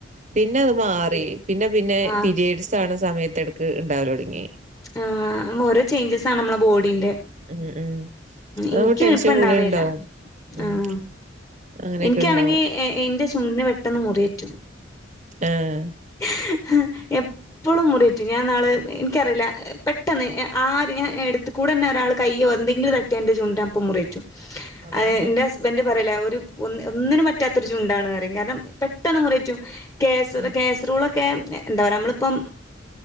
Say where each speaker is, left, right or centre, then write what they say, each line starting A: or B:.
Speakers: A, on the right (about 40°); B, on the left (about 20°).
A: പിന്നെ അത് മാറി പിന്നെ പിന്നെ
B: ആഹ്
A: പിരീഡ്സ് ണ്ടാവണ സമയത്ത് എടക്ക് ഇണ്ടാവലൊടങ്ങി
B: ആഹ് ഓരോ ചേഞ്ചസാണ് നമ്മളെ ബോഡീന്റെ
A: ഉം ഉം അതാവുമ്പോ
B: ഇൻക്ക്
A: ടെൻഷൻ
B: ഇപ്പണ്ടാവേല്ല
A: കൂടെ ഉണ്ടാവും ഉം
B: ആഹ്
A: അങ്ങനെയൊക്കെ
B: എനിക്കാണെങ്കിൽ
A: ഉണ്ടാവും
B: എന്റെ ചുണ്ടിന് പെട്ടെന്ന് മുറി റ്റും.
A: ആഹ്.
B: ഹ് ഹ് എപ്പളും മുറി പറ്റും ഞാൻ ഇന്നാള് ഇൻക്കറില്ല. പെട്ടെന്ന് ആര് ഞാൻ എടുത്ത് കൂടെ എന്നെ ഒരാള് കയ്യോ എന്തെങ്കിലും തട്ട്യാ എൻ്റെ ചുണ്ടപ്പം മുറി പറ്റും.
A: അതാ
B: അത് ഇന്റെ ഹസ്ബന്റ് പറയല് ഒരു ഒ ഒന്നിനും പറ്റാത്തൊരു ചുണ്ടാണ് ന്ന് പറയും കാരണം പെട്ടെന്ന് മുറി പറ്റും കേസർ
A: ആ
B: കേസറൂളൊക്കെ എന്താ പറ നമ്മളിപ്പം